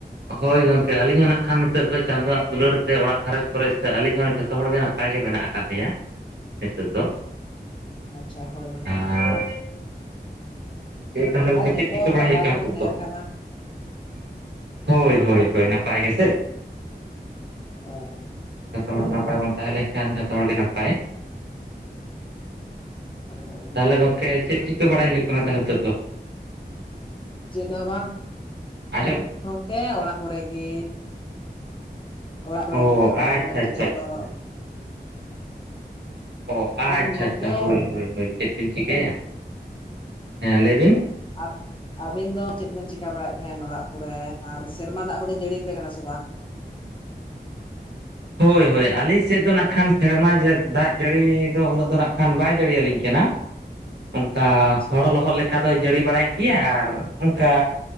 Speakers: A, on the right; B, on the left.
A: ᱦᱳᱭ ᱜᱚᱝᱠᱮ ᱟᱹᱞᱤᱧ ᱦᱚᱸ ᱱᱟᱜ ᱠᱷᱟᱱ ᱱᱤᱛᱚᱜ ᱫᱚ ᱪᱟᱸᱫᱳᱣᱟᱜ ᱫᱩᱞᱟᱹᱲ ᱛᱮ ᱚᱲᱟᱜ ᱜᱷᱟᱨᱚᱸᱡᱽ ᱠᱚᱨᱮ ᱥᱮ ᱟᱹᱞᱤᱧ ᱦᱚᱸ ᱡᱚᱛᱚ ᱡᱚᱛᱚ ᱦᱚᱲᱜᱮ ᱱᱟᱯᱟᱭ ᱜᱮ ᱢᱮᱱᱟᱜ ᱠᱟᱜ ᱞᱮᱭᱟ ᱱᱤᱛᱚᱜ ᱫᱚ᱾
B: ᱟᱪᱷᱟ ᱦᱳᱭᱻᱦᱳᱭ ᱾
A: ᱟᱨ ᱫᱤᱭᱮ ᱛᱟᱦᱚᱞᱮ ᱜᱚᱝᱠᱮ
B: ᱟᱨ ᱡᱚᱛᱚ
A: ᱪᱮᱫ ᱪᱤᱠᱟᱹ ᱵᱟᱲᱟᱭ
B: ᱱᱟᱯᱟᱭ
A: ᱦᱩᱭᱩᱜ ᱠᱟᱱᱟ
B: ᱜᱮᱵᱚᱱ
A: ᱱᱤᱛᱚᱜ
B: ᱛᱟᱦᱮᱱ
A: ᱫᱚ?
B: ᱠᱷᱟᱱ ᱢᱟ
A: ᱦᱳᱭᱻᱦᱳᱭᱻᱦᱳᱭ, ᱱᱟᱯᱟᱭ ᱜᱮ ᱥᱮ?
B: ᱚ <unintelligible>
A: ᱡᱚᱛᱚ ᱦᱚᱲ ᱱᱟᱯᱟᱭ ᱵᱚᱱ ᱛᱟᱦᱮᱸ ᱞᱮᱱ ᱠᱷᱟᱱ ᱡᱚᱛᱚ ᱦᱚᱲ ᱜᱮ ᱱᱟᱯᱟᱭ᱾
B: ᱦᱳᱭ ᱤᱱᱟᱹᱜᱮ᱾
A: ᱛᱟᱦᱚᱞᱮ ᱜᱚᱝᱠᱮ ᱪᱮᱫ ᱪᱤᱠᱟᱹ ᱵᱟᱲᱟᱭ ᱦᱩᱭᱩᱜ ᱠᱟᱱᱟ ᱛᱟᱦᱚᱞᱮ ᱱᱤᱛᱚᱜ ᱫᱚ?
B: ᱪᱮᱫ ᱦᱚᱸ ᱵᱟᱝ,
A: ᱟᱸᱡᱚᱢ
B: ᱜᱚᱝᱠᱮ ᱚᱲᱟᱜ ᱠᱚᱨᱮ ᱜᱮ᱾ ᱚᱲᱟᱜ ᱠᱚᱨᱮ
A: ᱚ
B: ᱜᱮ ᱛᱮᱦᱮ
A: ᱟᱪᱪᱷᱟ
B: ᱵᱟᱲᱟ ᱦᱳᱭᱳᱜᱼᱟ ᱱᱮᱛᱳᱜ
A: ᱟᱪᱪᱷᱟ
B: ᱫᱷᱟᱵᱤᱡ
A: ᱟᱪᱪᱷᱟ
B: ᱫᱚ ᱾
A: ᱚ ᱟᱪᱷᱟᱻᱟᱪᱷᱟ
B: ᱟᱨ ᱜᱚᱝᱠᱮ
A: ᱦᱳᱭᱻ ᱦᱳᱭ ᱪᱮᱫ ᱵᱤᱱ ᱪᱤᱠᱟᱹᱭᱟ᱾ ᱦᱮᱸ ᱞᱟᱹᱭ ᱵᱤᱱ
B: ᱚ ᱟᱵ <unintelligible> ᱟᱵᱤᱱ ᱫᱚ ᱪᱮᱫ ᱵᱮᱱ ᱪᱤᱠᱟ ᱵᱟᱲᱟᱭᱮᱫ ᱛᱟᱦᱮᱸᱫ ᱚᱲᱟᱜ ᱠᱚᱨᱮ, ᱟᱨ ᱥᱮᱨᱢᱟ ᱫᱟᱜ ᱠᱚᱫᱚ ᱡᱟᱹᱲᱤᱭᱟ ᱯᱮ ᱠᱟᱱᱟ ᱥᱮ ᱵᱟᱝ?
A: ᱦᱳᱭ ᱦᱳᱭ ᱟᱹᱞᱤᱧ ᱥᱮᱫ ᱫᱚ ᱱᱟᱜ ᱠᱷᱟᱱ ᱥᱮᱨᱢᱟ ᱡᱟᱹᱲᱤ ᱫᱟᱜ ᱡᱟᱹᱲᱤ ᱫᱚ, ᱩᱱᱟᱹᱜ ᱫᱚ ᱱᱟᱜ ᱠᱷᱟᱱ ᱵᱟᱭ ᱡᱟᱹᱲᱤ ᱟᱞᱤᱧ ᱠᱟᱱᱟ᱾ ᱚᱱᱠᱟ
B: ᱟᱪᱪᱷᱟ
A: ᱦᱚᱲ ᱞᱚᱦᱚᱫ ᱞᱮᱠᱟ ᱫᱚᱭ ᱡᱟᱹᱲᱤ ᱵᱟᱲᱟᱭᱮᱫ ᱜᱮᱭᱟ ᱟᱨ ᱚᱱᱠᱟ